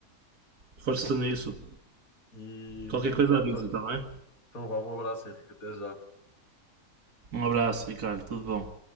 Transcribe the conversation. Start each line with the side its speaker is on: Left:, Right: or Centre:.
Right: Força nisso.
Left: E,
Right: Qualquer coisa
Left: e pronto,
Right: avisa,
Left: olha.
Right: está bem?
Left: Então vá, um abraço, Henrique, até já.
Right: Um abraço, Ricardo, tudo bom.